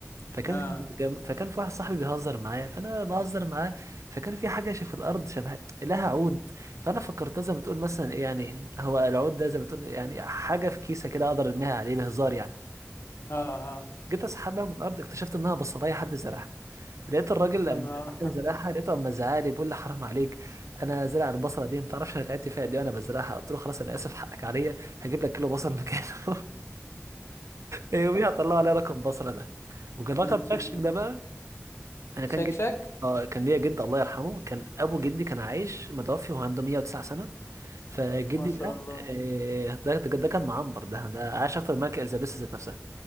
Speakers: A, on the right; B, on the left.
A: فكان
B: اه
A: جم... فكان في واحد صاحبي بيهزر معايا فانا بهزر معاه فكان في حاجه شف- في الارض شبه لها عود فانا فكرتها زي ما تقول مثلا إيه يعني هو العود ده زي ما تقول يعني حاجه في كيسه كده اقدر ارميها عليه بهزار يعني
B: اه اه
A: جيت اسحبها من الارض اكتشفت انها بصلايه حد زرعها لقيت الراجل
B: يا
A: لما
B: نهار
A: كان زرعها لقيته اما زعلي بيقول لي حرام عليك انا زرع البصله دي ما تعرفش انا تعبت فيها دي وانا بزرعها قلت له خلاص انا اسف حقك عليا هجيب لك كيلو بصل مكانه <laughs> يوميها طلعوا عليا رقم بصله ده وكان رقم
B: <laughs>
A: شكشك ده بقى انا كان
B: شكشك
A: جدي اه كان ليا جد الله يرحمه كان ابو جدي كان عايش متوفي وهو عنده 109 سنه فجدي
B: ما شاء
A: ده
B: الله
A: آه، ده ده ده كان معمر ده ده عاش اكتر من الملكه اليزابيث ذات نفسها